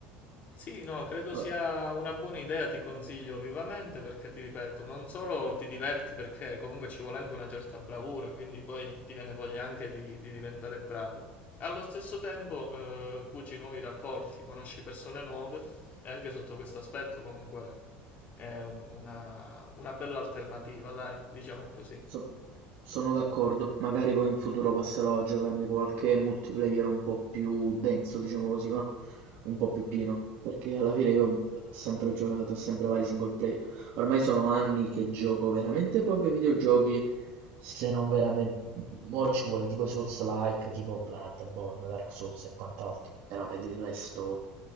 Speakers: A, on the left (about 45°); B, on the right (about 60°).
A: Sì, no, credo sia
B: Ora-
A: una buona idea, ti consiglio vivamente perché ti ripeto, non solo ti diverti perché comunque ci vuole anche una certa bravura, quindi poi ti viene voglia anche di, di diventare bravo. Allo stesso tempo, eh, cuci nuovi rapporti, conosci persone nuove e anche sotto questo aspetto comunque è un- una, una bella alternativa, dai, diciamo così.
B: So- sono d'accordo, magari poi in futuro passerò a giocarmi qualche multiplayer un po' più denso, diciamo così, ma un po' più pieno, perché alla fine io ho sempre giocato, sempre vari single player. Ormai sono anni che gioco veramente pochi videogiochi, se non veramente... Ora ci vuole tipo i Souls-like, tipo Bloodborne, Dark Souls e quant'altro, però per il resto